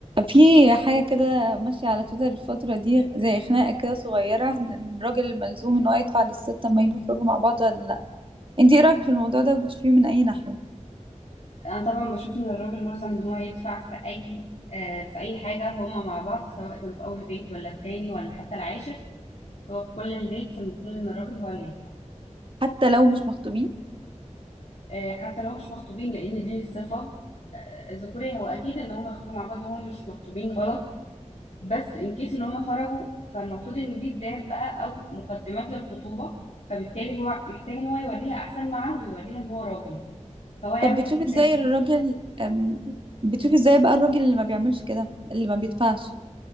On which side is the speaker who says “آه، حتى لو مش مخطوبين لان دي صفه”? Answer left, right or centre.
Left